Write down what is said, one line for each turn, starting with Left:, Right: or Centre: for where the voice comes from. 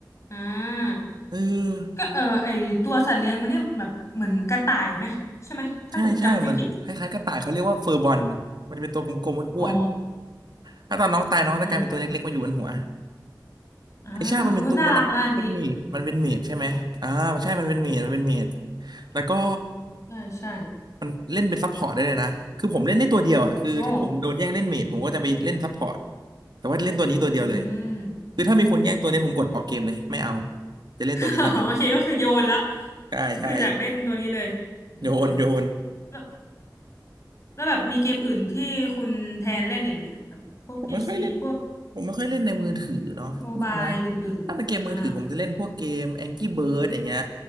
Left: อ่า
Right: เออ
Left: ก็เออไอตัวสัตว์เลี้ยงมันเนี่ยแบบเหมือนกระต่ายไหมใช่ไหมถ้าแบบจำไม่ผิด
Right: ใช่ใช่มันคล้ายๆกระต่ายเขาเรียกว่าเฟอร์บอลมันจะเป็นตัวกลมๆอ้วน
Left: อ๋อ
Right: ๆถ้าตอนน้องตายน้องจะกลายเป็นตัวเล็กๆมาอยู่บนหัว
Left: อืมอืมอ่าอู้น่ารักนะอันนี้
Right: ไอชาติมันเป็นตัวเป็นเมดมันเป็นเมดใช่ไหมอ่าใช่มันเป็นเมดมันเป็นเมดแล้วก็
Left: ใช่ใช่
Right: มันเล่นเป็นซัพพอร์ตได้เลยนะคือผมเล่นได้ตัวเดียวอ่ะคือถ้าผมโดนแย่งเล่นเมดผมก็จะไปเล่นซัพพอร์ต
Left: โอ้
Right: แต่ว่าเล่นตัวนี้ตัวเดียวเลย
Left: อืม
Right: คือถ้ามีคนแย่งตัวเนี้ยผมกดออกเกมเลยไม่เอา
Left: โอ้
Right: จะเล่นตัวนี้เท่านั้น
Left: <laughs> โอเคก็คือโยนแล้ว
Right: ใช่ใช่
Left: ก็คืออยากเล่นตัวนี้เลยอืม
Right: โยนโยน
Left: แล้วแล้วแบบมีเกมอื่นที่คุณแทนเล่นอีกไหมอะแบบพวกพีซีพวก
Right: ผมไม่ค่อยเล่นผมไม่ค่อยเล่นในมือถือเนาะแป๊บนึงนะ
Left: โมบายอื่นๆอ่า
Right: ถ้าเป็นเกมมือถือผมจะเล่นพวกเกม Angry Bird อย่างเงี้ย